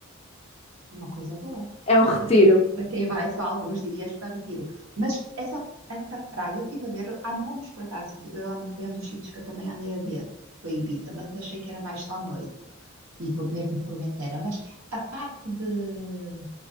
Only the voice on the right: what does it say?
uma coisa boa.
para quem vai só alguns dias para Retiro. Mas essa, essa praia, eu estive a ver, há nomes por acaso, de- eu ando, foi um dos sítios que eu também andei a ver, foi Ibiza, mas achei que era mais só noite, e por- mesmo Formentera. Mas a parte de